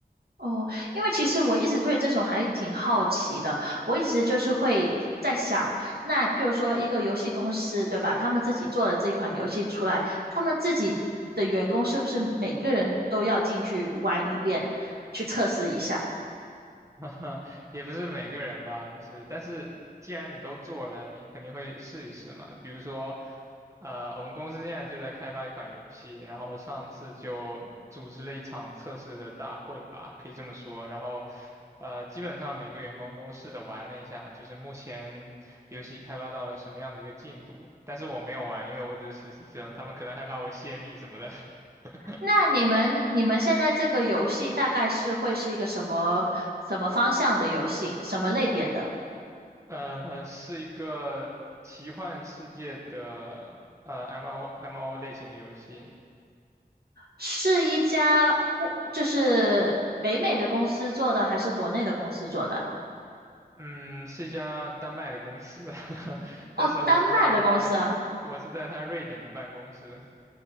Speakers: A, on the right (about 70°); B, on the right (about 20°).
A: 哦，因为其实我一直对这种还挺好奇的，我一直就是会在想，那譬如说一个游戏公司，对吧？他们自己做了这款游戏出来，他们自己的员工是不是每个人都要进去玩一遍，去测试一下？
B: <laughs> 也不是每个人吧，就是，但是既然你都做了，你肯定会试一试嘛。比如说，呃，我们公司现在就在开发一款游戏，然后上次就组织了一场测试的大会吧，可以这么说。然后，呃，基本上每个员工都试着玩了一下，就是目前游戏开发到了什么样的一个进度。但是我没有玩，因为我只是实习生，他们可能害怕我泄密什么的。<laughs>
A: 那你们你们现在这个游戏大概是会是一个什么什么方向的游戏，什么类别的？
B: 呃，是一个奇幻世界的呃 MO MO 类型的游戏。
A: 是一家就是北美的公司做的，还是国内的公司做的啊？
B: 嗯，是一家丹麦的公司，<laughs>
A: 哦，
B: 但是我是在他我是在他瑞典的办公室。
A: 丹麦的公司啊，